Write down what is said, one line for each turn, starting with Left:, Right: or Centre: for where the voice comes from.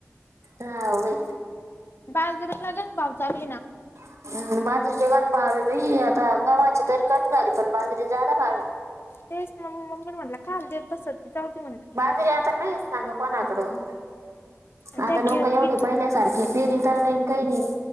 Right: हा वय
Left: बाजरी लगेच भाव चाले ना.
Right: हम्म बाजरीचे गण भावे बई, आता गव्हाचे तरी कमी झाले. पण बाजरीचे जादा भावे.
Left: तेच न म मम्मीला म्हटलं कयाल देत बसत, ती जाऊ दे म्हणलं.
Right: तरी आता नाहीच ना गं कोणाकडं,
Left: आणि
Right: आता
Left: त्या घेत
Right: लोकं एवढी
Left: बी
Right: पहिल्या सा सारखे पेरीतं नाही, काही नाही.